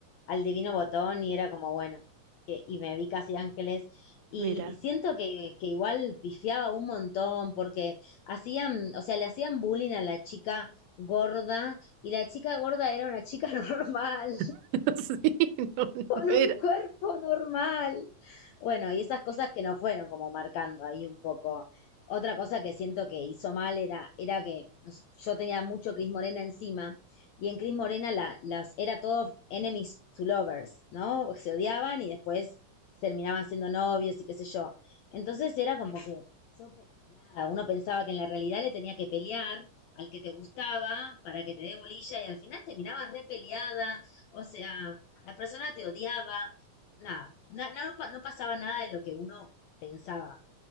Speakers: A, on the left; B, on the right.
A: al Divino Botón y era como, bueno, que- y me vi casi ángeles y,
B: mira.
A: y siento que, que igual pifiaba un montón porque hacían, o sea, le hacían bullying a la chica gorda y la chica gorda era una chica <laughs> normal
B: <laughs> Sí, no, no
A: con
B: era.
A: un cuerpo normal. Bueno, y esas cosas que nos fueron como marcando ahí un poco. Otra cosa que siento que hizo mal era, era que yo tenía mucho Cris Morena encima y en Cris Morena la, las, era todo enemies to lovers, ¿no? Se odiaban y después terminaban siendo novios y qué sé yo. Entonces era como que yo, nada, uno pensaba que en la realidad le tenía que pelear al que te gustaba para que te dé bolilla y al final terminabas repeleada. O sea, la persona te odiaba, nada, na- na- no, pa- no pasaba nada de lo que uno pensaba.